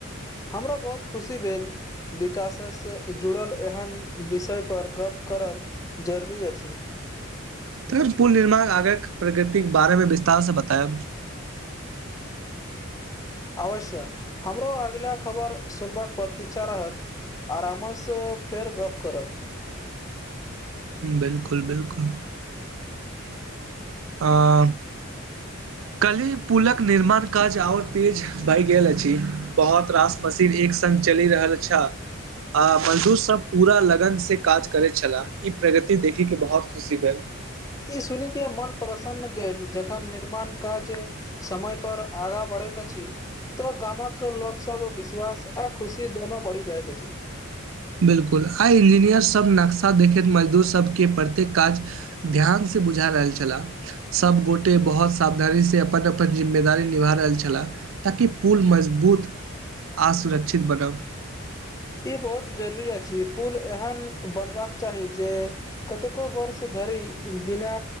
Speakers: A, on the left (about 15°); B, on the right (about 70°).
A: हमरो बहुत खुशी भेल विकाससँ जुड़ल एहन विषय पर गप करब। जरूरी अछि।
B: तखन पुल निर्माण आग प्रकृतिक के बारे मे विस्तार से बतायब
A: अवश्य हमरो अगिला खबर सुनबाक पतिक्षा रहत आरामसँ फेर गप करब।
B: बिल्कुल बिल्कुल हाँ
A: <unintelligible>
B: कली पुलक निर्माण काज अओर तेज भय गेल अछि बहुत रास मशीन एक सग चलि रहल अछि आ मजदूर सब पूरा लगन से काज करै छलाह इ प्रगति देखे के बहुत खुशी भेल
A: ई सुन के मन प्रसन्न भेल जखन निर्माण काज समय पर आगाँ बढ़ैतैत अछि तऽ गामक लोक सब के विश्वास आ खुशी दोनो बढ़ी जाइत अछि।
B: बिलकुल आइ इंजीनियर सब नक्शा देखैत मजदूर सबके प्रत्येक काज ध्यानसँ बुझा रहल छलाह सब गोटे बहुत सावधानी से अपन अपन जिम्मेदारी निभा रहल छलाह ताकि पुल मजबूत आ सुरक्षित बनब
A: ई बहुत जरूरी अछि पूल एहन बनबाका चाही जे कतेको वर्ष धरि बिना